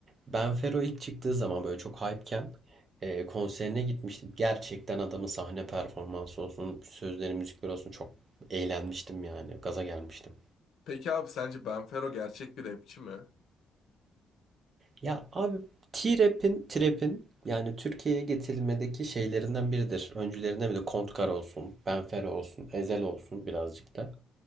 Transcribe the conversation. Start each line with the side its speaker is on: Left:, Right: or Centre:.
Right: Benfero ilk çıktığı zaman böyle çok hype'ken e, konserine gitmiştim. Gerçekten adamın sahne performansı olsun, sözleri, müzikleri olsun çok eğlenmiştim yani. Gaza gelmiştim.
Left: Peki abi sence Benfero gerçek bir rapçi mi? Hı
Right: Ya abi T-Rap'in, Trap'in yani Türkiye'ye getirilmedeki şeylerinden biridir. Öncülerinden biri Kontkar olsun, Benfero olsun, Ezel olsun birazcık da.